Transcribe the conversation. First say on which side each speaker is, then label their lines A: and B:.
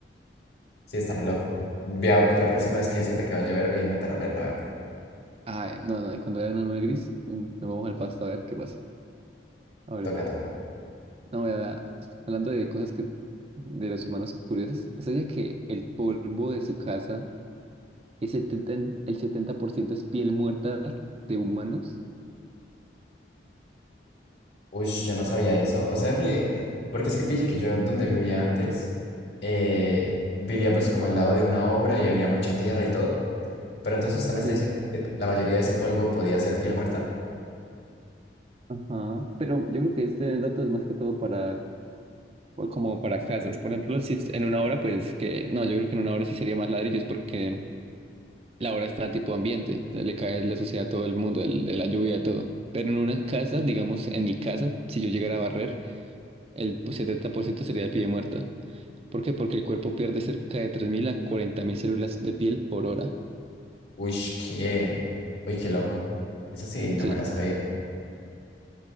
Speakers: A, on the left; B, on the right.
A: Sí, está re loco. Vea, que la próxima vez que sienta que va a llover, voy a intentar olerlo, a ver.
B: Ah, eh, no, no, cuando era una nube gris, mm, nos vamos al pasto a ver qué pasa. A ver.
A: Toca, toca.
B: No, la verdad, hablando de cosas que de los humanos curiosas, o sea, que el polvo de su casa, el 70, en- el 70% es piel muerta de humanos.
A: Uy, yo no sabía eso. O sea que, porque es que pille que yo donde vivía antes, eh, vivía pues como al lado de una obra y había mucha tierra y todo. Pero entonces usted me está
B: Sí.
A: diciendo que la mayoría de ese polvo podía ser piel muerta.
B: Ajá. Pero yo creo que este dato es más que todo para, o como para casas. Por ejemplo, si es en una hora, pues que, no, yo creo que en una hora sí sería más ladrillos porque la hora está tipo ambiente, o sea, le cae la suciedad a todo el mundo, el- de la lluvia, todo. Pero en una casa, digamos, en mi casa, si yo llegara a barrer, el pues, 70% sería de piel muerta. ¿Por qué? Porque el cuerpo pierde cerca de 3.000 a 40.000 células de piel por hora.
A: Uy, qué. Uy, qué loco. Esa sí, no
B: Sí,
A: me la sabía.